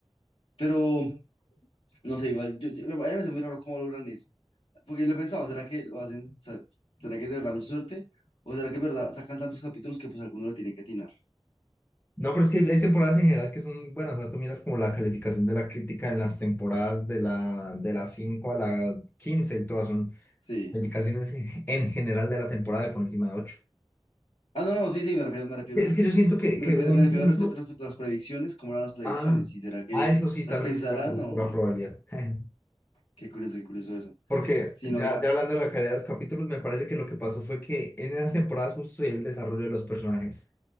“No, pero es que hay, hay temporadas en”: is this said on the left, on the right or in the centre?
Left